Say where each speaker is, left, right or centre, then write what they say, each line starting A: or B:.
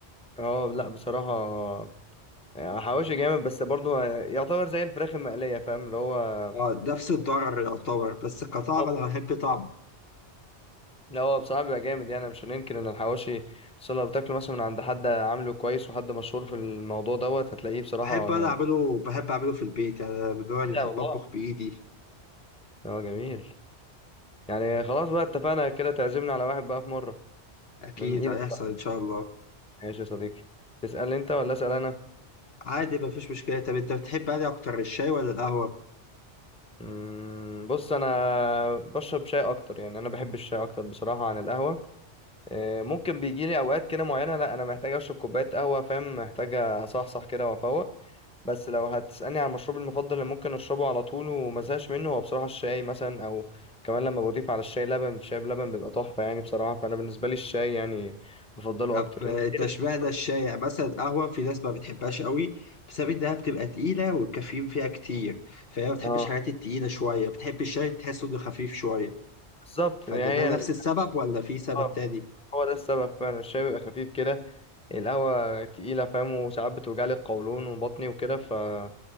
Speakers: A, in the centre; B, on the left.
A: اه لا بصراحة آه، حواوشي جامد بس برضه يعتبر زي الفراخ المقلية فاهم اللي هو
B: اه نفس الضرر يعتبر بس كطعم
A: طب
B: انا بحب طعمه
A: لا هو بصراحة بيبقى جامد يعني مش هننكر إن الحواوشي بس لو بتاكله مثلا من عند حد عامله كويس وحد مشهور في الموضوع دوت هتلاقيه بصراحة
B: بحب انا
A: جامد.
B: اعمله بحب اعمله في البيت يعني انا من النوع اللي
A: لا
B: بحب
A: والله
B: اطبخ بايدي
A: اه جميل يعني خلاص بقى اتفقنا كده تعزمنا على واحد بقى في مرة
B: اكيد
A: من إيدك
B: هيحصل ان شاء الله
A: ماشي يا صديقي تسأل أنت ولا أسأل أنا؟
B: عادي مفيش مشكله طب انت بتحب انهي اكتر الشاي ولا القهوه
A: مم، بص انا بشرب شاي اكتر يعني انا بحب الشاي اكتر بصراحه عن القهوه آه، ممكن بيجي لي اوقات كده معينه لا انا محتاج اشرب كوبايه قهوه فاهم محتاج اصحصح كده وافوق بس لو هتسالني عن مشروبي المفضل اللي ممكن اشربه على طول ومزهقش منه هو بصراحه الشاي مثلا او كمان لما بضيف على الشاي لبن الشاي بلبن بيبقى تحفه يعني بصراحه فانا بالنسبه لي الشاي يعني بفضله
B: طب
A: اكتر
B: التشبيه
A: انت ايه اللي بتفضله
B: ده
A: أكتر؟
B: الشائع مثلا القهوة في ناس ما بتحبهاش قوي بسبب إنها بتبقى تقيلة والكافيين فيها كتير فهي ما بتحبش
A: اه
B: الحاجات التقيلة شوية بتحب الشاي تحسه إنه خفيف شوية
A: بالظبط
B: فده
A: يعني
B: ده نفس
A: هي
B: السبب ولا في سبب
A: آه،
B: تاني؟
A: هو ده السبب فعلا الشاي بيبقى خفيف كده القهوة تقيلة فاهم وساعات بتوجعلي القولون وبطني وكده فما